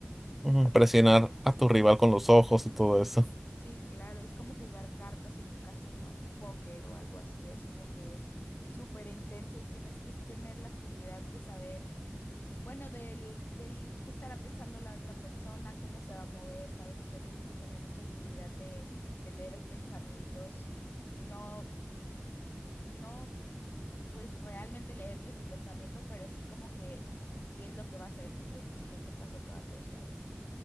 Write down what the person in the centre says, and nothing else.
Ujú, Presionar a tu rival con los ojos y todo eso.